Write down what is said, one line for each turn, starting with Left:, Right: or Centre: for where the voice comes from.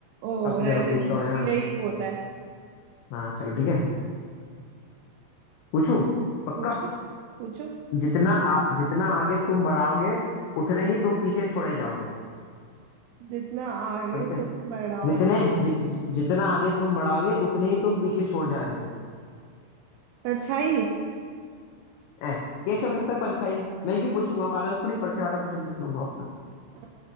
Right: ओ
Left: अब
Right: रहने
Left: चलो पूछता
Right: दो
Left: हूँ है ना मैं
Right: यही बहुत है
Left: हाँ चलो ठीक है पूछू पक्का
Right: पूछो पूछो
Left: जितना आ, जितना आगे तुम बढ़ाओगे उतने ही तुम पीछे छोड़े जाओगे
Right: जितना आगे
Left: समझे
Right: तुम बढ़ाओगे
Left: जितने जि, जितना आगे तुम बढ़ाओगे उतने ही तुम पीछे छोड़ जाओगे
Right: परछाई
Left: ए, कैसे हो सकता है परछाई मैं क्यों पूछूंगा पागल थोड़ी परछाई वाला क्वेश्चन पूछ लूंगा वापस
Right: अ,